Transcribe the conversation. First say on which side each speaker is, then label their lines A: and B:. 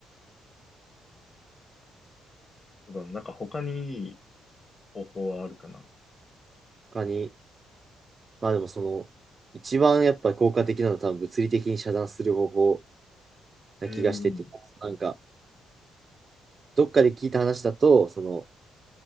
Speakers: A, on the left; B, on the right.
A: そうだな。なんか他にいい方法はあるかな。
B: 他に、まあでもその、一番やっぱ効果的なのは多分物理的に遮断する方法な気がしてて、
A: うん。
B: なんか、どっかで聞いた話だと、その、